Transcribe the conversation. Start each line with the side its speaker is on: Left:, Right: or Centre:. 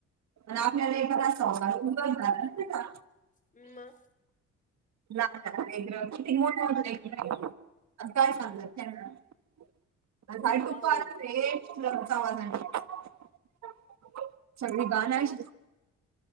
Right: आपल्याला एखदा सवसार उबर झाला का.
Left: मग.
Right: ला किती मोठ्या होून. <unintelligible>
Left: लयच अवघड
Right: सगळी गणयच.
Left: काय